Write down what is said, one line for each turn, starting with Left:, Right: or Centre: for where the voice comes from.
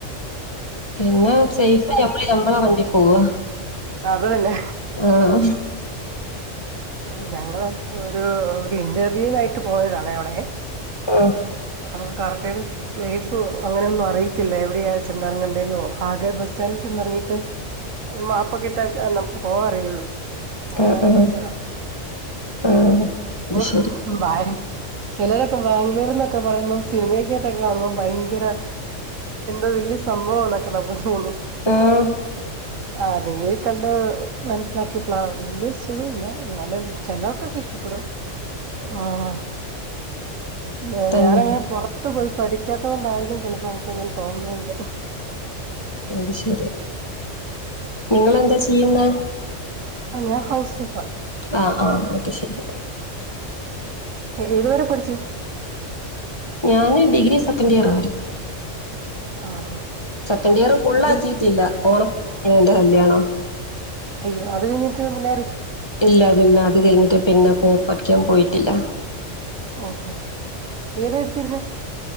Left: പിന്നെ സേഫായി ഞമ്മള് ഞമ്മളെ വണ്ടി പോവാ.
Right: അത് തന്നെ
Left: ആഹ്
Right: ഓ ഞങ്ങള് ഒരു ഒരു ഇന്റർവ്യൂനായിട്ട് പോയതാണെ അവിടെ
Left: ഓഹ്
Right: അപ്പൊ നമുക്ക് കറക്റ്റ് പ്ലേസോ അങ്ങനെ ഒന്നും അറിയത്തില്ല. എവിടെയ ചെന്നിറങ്ങണ്ടെന്നോ ആകെ ബസ്റ്റാൻഡ് ചെന്നിറങ്ങിട്ട് മാപ്പൊക്കിട്ട് നമുക്ക് പോവാൻ അറിയുള്ളൂ. അങ്ങനെ
Left: ആഹ് ആഹ്
Right: പിടിച്ചതാ
Left: ആഹ് അത്
Right: ഓഹ്
Left: ശരി
Right: ഭാര് ചിലരൊക്കെ ബാംഗ്ലൂർ ന്നൊക്കെ പറയുമ്പോം സിനിമക്കകത്തൊക്കെ കാണുമ്പോ ഭയങ്കര എന്തോ വലിയ സംഭവാന്നൊക്കെ നമുക്ക് തോന്നും.
Left: ആഹ്
Right: ആഹ് നേരി കണ്ട് ഏഹ് മനസ്സിലാക്കിയ്പ്പ്ള വല്യ സുഖവില്ല എന്നാലും ചെലവൊക്കെ കി ഇഷ്ടപ്പെടും ആഹ് ന്നെ
Left: തന്നെ
Right: ഞാനങ്ങനെ പൊറത്തു പോയ് പഠിക്കാത്ത കൊണ്ടായിരിക്കും ചെലപ്പോ എനിക്കങ്ങനെ തോന്നുന്നി ഇത്
Left: അത് ശരി നിങ്ങളെന്താ ചെയ്യുന്നെ
Right: ആഹ ഞാൻ ഹൗസ് വൈഫാ
Left: ആഹ് ആഹ് അത് ശരി
Right: ഏതുവരെ പഠിച്ചു
Left: ഞാന് ഡിഗ്രി സെക്കൻഡ് ഇയർ വര്
Right: ആ ആ
Left: സെക്കൻ് ഇയർ ഫുൾ
Right: അത്
Left: ആക്കിട്ടില്ല ഓണന്റെ കല്യാണോ
Right: അയ്യോ അത് കഴിഞ്ഞിട്ട്ന്നേ
Left: ഇല്ല പിന്നെ അത് കഴിഞ്ഞിട്ട് പിന്നെ പോ പഠിക്കാൻ പോയിട്ടില്ല
Right: ഓഹോ ഏതാ എടുത്തിരുന്നേ